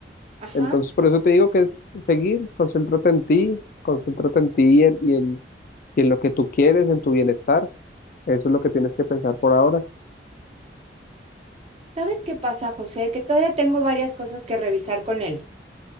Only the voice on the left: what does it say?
Entonces, por eso te digo que es seguir, concéntrate en ti, concéntrate en ti y en, y en, y en lo que tú quieres, en tu bienestar. Eso es lo que tienes que pensar por ahora.